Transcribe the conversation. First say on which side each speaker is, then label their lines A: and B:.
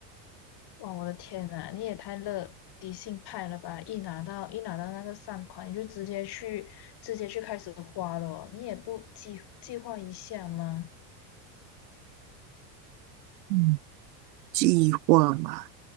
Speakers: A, on the left; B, on the right.
A: 哇，我的天呐，你也太乐迪信派了吧！一拿到一拿到那个善款，你就直接去直接去开始花了哦你也不计计划一下吗？
B: 嗯，计划嘛，